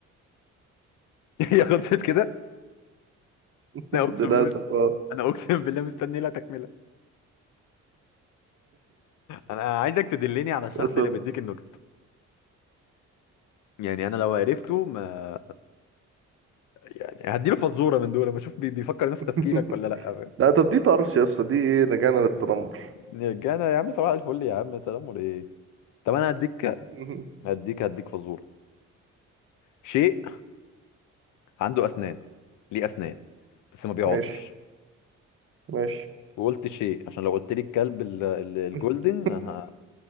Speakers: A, on the left; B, on the right.
A: <laughs> هي خلصت كده
B: <laughs>
A: لا اقسم
B: للأسف
A: بالله
B: اه
A: انا اقسم بالله مستني لها تكمله انا عايزك تدلني على الشخص
B: للأسف
A: اللي بيديك النكت يعني انا لو عرفته ما يعني هديله فزوره من دول ما اشوف بي- بيفكر نفس
B: <laughs>
A: تفكيرك ولا لا فاهم؟
B: لا طب دي طرش يا اسطى دي ايه رجعنا للتنمر
A: رجعنا يا عم صباح الفل يا عم تنمر ايه طب انا هديك
B: <laughs>
A: هديك هديك فزوره شيء عنده اسنان ليه اسنان بس ما بيعضش
B: ماشي ماشي
A: وقلت شيء عشان لو قلت لي الكلب ال- ال- الجولدن
B: <laughs>
A: ه...